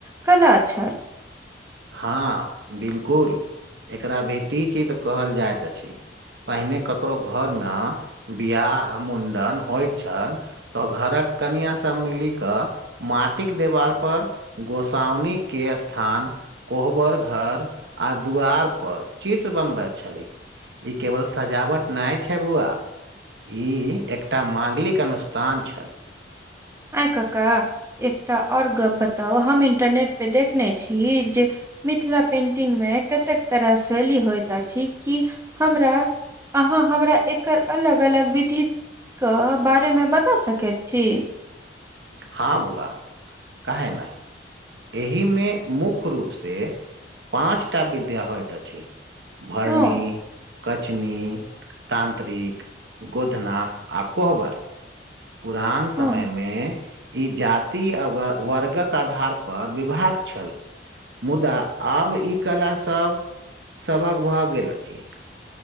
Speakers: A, on the right; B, on the right.
A: कला छै
B: हँ बिल्कुल एकरा भिती चित्र कहल जाइत अछि पहिने ककरो घर मे बियाह मुण्डन होइ छल ओ घरक कनियाँ सब मिलि कऽ माटिक देवाल पर गोसााउनी के स्थान कोहबर घर आ दुवार पर चित्र बनबैत छलै ई केवल सजावट नहि छै बौआ ई एकटा माङ्गलिक अनुष्ठान छल
A: आइ कका एकटा आओर गप बताउ हम इंटरनेट पे देखने छी जे मिथिला पेन्टिंगमे कतेक तरह शैली होइत अछि कि हमरा अहाँ हमरा एकर अलग अलग विधित के बारेमे बता सकैत अछि
B: हँ बुआ कहै नहि एहि मे मुख्य रूप से पाँच टा विद्या होइत अछि भरणी
A: हँ
B: कचनी तान्तत्रिक गोधना आ कोहबर पुरान समय
A: हँ
B: मे ई जाति आ वर्गक आधार पर विभाग छल मुदा आब ई कला सभ सभक भऽ गेल छै